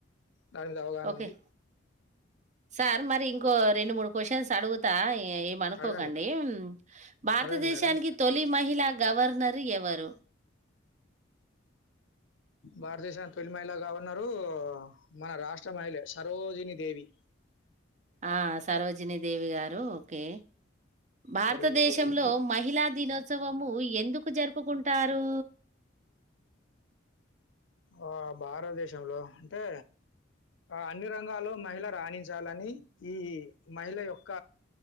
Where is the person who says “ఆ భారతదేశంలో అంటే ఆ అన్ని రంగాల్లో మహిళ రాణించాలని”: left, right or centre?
Left